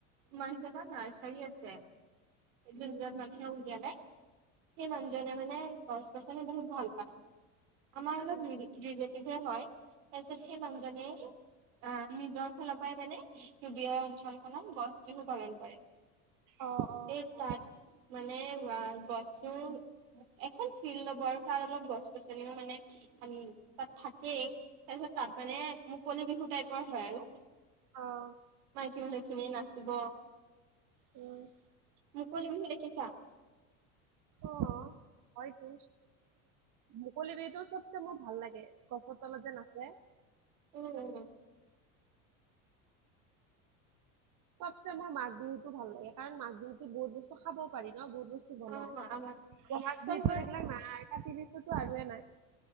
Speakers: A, on the right (about 80°); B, on the right (about 45°).
A: ইমান জেগা নাই, চাৰি আছে। এদিন
B: উম,
A: <unintelligible> মাখিয়েও উলিয়ালে। সেই মানুহজনে মানে, গছ-গছনি বহুত ভাল পায়। আমাৰ অলপ
B: উম,
A: ৰি-ৰিলেটিভহে হয়। তাৰপিছত সেই মানুহজনে আহ নিজৰ ফালৰ পৰাই মানে, চবীয়ৰ অঞ্চলখনত গছ বিহু পালন কৰে।
B: অ', অ',
A: এই তাত।
B: অ',
A: মানে <unintelligible> গছতো, এখন ফিল্ড ল'বৰ তাত অলপ গছ-গছনিও মানে <unintelligible> তাত থাকেই তাৰপিছত তাত মানে
B: অ',
A: মুকলি বিহু টাইপৰ হয় আৰু।
B: অ'।
A: বাকী মানুহখিনিয়ে নাচিব।
B: অ'।
A: মুকলি বিহু দেখিছা?
B: অ'। হয়তো মুকলি বিহুটো চবচে মোৰ ভাল লাগে। গছৰ তলত যে নাচে।
A: উম।
B: চবচে মোৰ মাঘ বিহুতো ভাল লাগে। কাৰণ, মাঘ বিহুতো বহুত বস্তু খাব পাৰি ন বহুত। বস্তু বনায়।
A: অ আমাৰ
B: বহাগ
A: তোমালোকৰ
B: বিহুততো এইগিলাক নাই। কাতি বিহুতো আৰুৱে নাই।